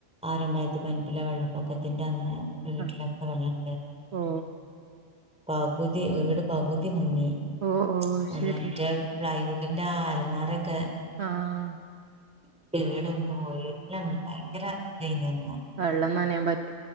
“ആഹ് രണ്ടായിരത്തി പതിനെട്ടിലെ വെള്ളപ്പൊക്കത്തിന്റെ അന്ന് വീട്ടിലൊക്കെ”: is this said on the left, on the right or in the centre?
Centre